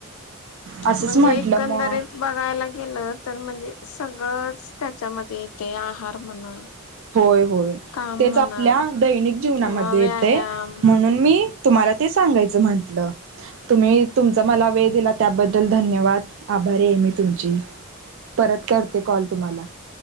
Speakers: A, on the right; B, on the left.
A: असंच
B: म्हणजे
A: म्हंटलं
B: एकंदरीत
A: मग
B: बघायला गेलं तर म्हणजे सगळंच. त्याच्यामध्ये ते आहार म्हणा.
A: होय होय
B: काम
A: तेच
B: म्हणा
A: आपल्या दैनिक जीवनामध्ये
B: किंवा व्यायाम
A: येते म्हणून मी तुम्हाला ते सांगायचं म्हंटलं. तुम्ही तुमचा मला वेळ दिला त्याबद्दल धन्यवाद आभारी आहे मी तुमची परत करते कॉल तुम्हाला